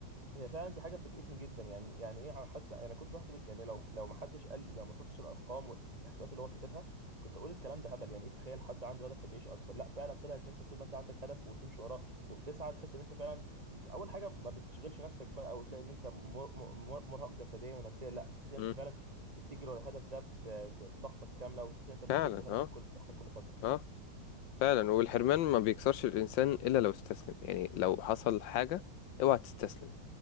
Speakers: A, on the right; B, on the left.
A: هي فعلا دي حاجه فاجئتني جدا يعني يعني ايه على حد انا كنت بحسب الك- يعني لو لو ما حدش قال لي لو ما شفتش الارقام والاحصائيات اللي هو كاتبها كنت اقول الكلام ده هبل يعني ايه تخيل حد عنده هدف فبيعيش اكتر لا فعلا طلع ان انت طول ما انت عندك هدف وتمشي وراه وبتسعى تحس ان انت فعلا اول حاجه ما بتشغلش نفسك بقى وتلاقي ان انت مر- مر- مرهق جسديا ونفسيا لا بتحس ان
B: مم.
A: انت فعلا بتجري ورا الهدف ده ب- ب- بطاقتك كامله وتحس ان انت بتجدد
B: فعلا
A: هدفك
B: اه
A: كل بطاقتك كل فتره
B: اه فعلا والحرمان ما بيكسرش الإنسان إلا لو استسلم يعني لو حصل حاجة اوعى تستسلم